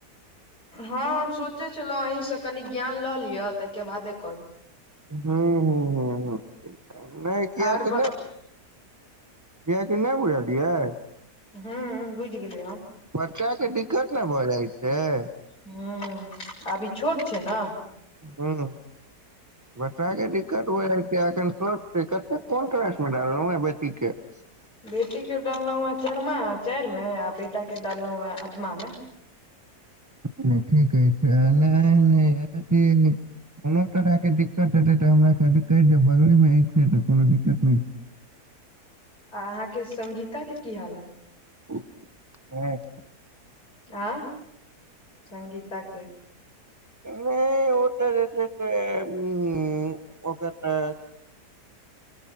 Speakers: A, on the left; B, on the right.
A: हाॅं हम सोचै छलौ अहिसॅं कनी ज्ञान लऽ लिअ तैके बादे करू।
B: हुं हुं हुं हुं नै किया
A: आर
B: की
A: बत
B: ने कियाकी नै बुझलियाय।
A: हूं हूँ बुइझ गेलियै हम।
B: बच्चा के दिक्कत ने भऽ जाइ छै,
A: हूँ आब ई छोट छै न
B: हूँ बच्चाक दिक्कत को क मे बे के <unintelligible>
A: बेटी के डाललौ हें चरमा चारि मे आ बेटा के डाललौ हें आठमा मे
B: नै नै ठीक अईछ नै नै ठीक कोनो तरह के दिक्कत हेतै तऽ हमरा खाली कैह देब बगले मे एछै तऽ कोनो दिक्कत नै छै
A: आहाँके संगीता के की हाल यै
B: हुं अय। <unintelligible>
A: आँ संगीता के।
B: नै ओतै रहै छै। ऐ ऊं। बता